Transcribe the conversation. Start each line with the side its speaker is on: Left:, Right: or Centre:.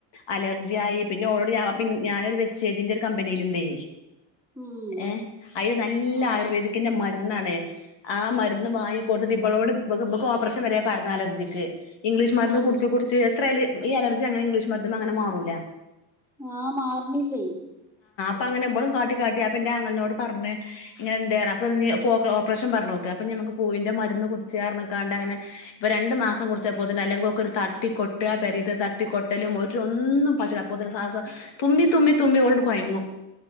Left: അലർജിയ ആയി പിന്നെ ഒള്ളോട്ട് ഞാൻ പി ഞാനൊരു വെസ്റ്റേജിന്റെ ഒരു കമ്പനില്ല്ണ്ടേ.....
Centre: ഉം
Left: ഏ അതിൽ നല്ല.
Centre: ആ
Left: ആയുർവേദിക്കിന്റെമ മരുന്നണ്, ആ മരുന്ന് വാങ്ങി കൊടുത്തട്ട് ഇളോട്ക്ക്. ഇബക്ക് ഓപ്പറേഷൻ വരെ പറഞ്ഞന്നാണ് അലർജിക്ക്. ഇംഗ്ലീഷ് മരും
Centre: ആ
Left: കുടിച്ച് കുടിച്ച്. എത്രയായലിം ഈ അലർജി അങ്ങനെഇംഗ്ലീഷ് മരുന്നും അങ്ങനെ മാറൂല
Centre: ആഹ മാറണില്ലേ......
Left: അപ്പോ, അങ്ങനെഇബളും കാട്ടിക്കട്ടി. അപ്പോ എന്റെ അങ്ങളിനോട് പറ ഇങ്ങന്നെണ്ട അപ്പനി ഓക്ക് ഓപ്പറൻ പറഞ്ഞു, ഓക്ക് അപ്പോനി. പൂവിന്റെമരുന്ന്, കുടിച്ചർന്ന്കാണ്ട് അങ്ങനെ ഇപ്പൊ രണ്ട് മാസം കുച്ചപ്പോത്തിന്ന് അല്ലെങ്കക്കെ ഒരു തട്ടി കൊട്ട. പേരിതേ തട്ടിക്കൊട്ടലും. ഒ ഒന്നും പറ്റൂല്ല അപ്പോന്ന സസം തുമ്പി തുമ്പി തുമ്പി ഉള്ങ്ങ്ണ്ട് കോയങ്ങും.....